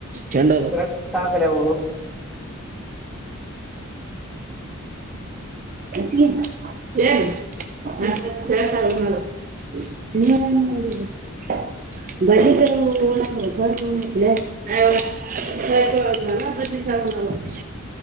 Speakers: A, on the right; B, in the centre.
A: ಚೆಂಡ.
B: ಕ್ರರೆಕ್ಟ್ ಹ ಆಕಲ <inaudible>
A: ಸ ನ ಸಟ ನಾಳ <unintelligible> ಹ ಹ ಬಲಿ ಕ ಕಣ ಬರ್ ಕ ಮಲ <inaudible> ಅವಕ ಬತ್